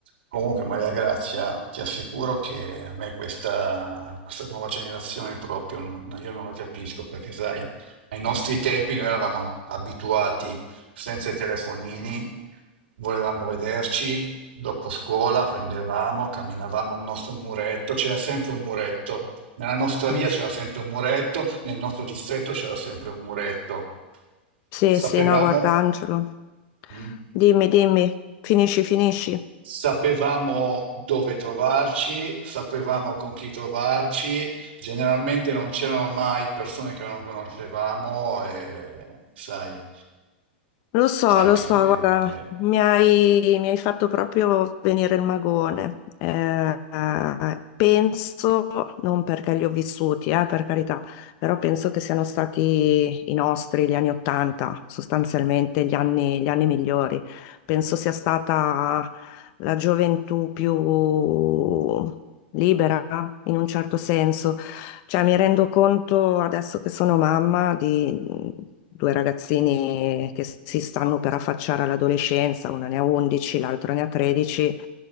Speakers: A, on the right; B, on the left.
A: Comunque, Maria Grazia, ti assicuro che a me questa, questa nuova generazione proprio non, io non la capisco, perché sai, ai nostri tempi noi eravamo abituati senza i telefonini, volevamo vederci, dopo scuola prendevamo, camminavamo al nostro muretto, c'era sempre un muretto, nella nostra via
B: Mm.
A: c'era sempre un muretto, nel nostro distretto c'era sempre un muretto.
B: Sì,
A: Sapevamo...
B: sì, no, guarda Angelo.
A: Mm?
B: Dimmi, dimmi, finisci, finisci.
A: Sapevamo dove trovarci, sapevamo con chi trovarci, generalmente non c'erano mai persone che non conoscevamo e, sai,
B: Lo so,
A: francamente,
B: lo so, guarda, mi hai, mi hai fatto proprio venire il magone. Eh, eh, penso, non perché li ho vissuti, eh, per carità, però penso che siano stati i nostri, gli anni Ottanta, sostanzialmente gli anni, gli anni migliori. Penso sia stata la gioventù più libera, in un certo senso Cioè, mi rendo conto adesso che sono mamma di mh, due ragazzini che si stanno per affacciare all'adolescenza, una ne ha 11, l'altro ne ha 13,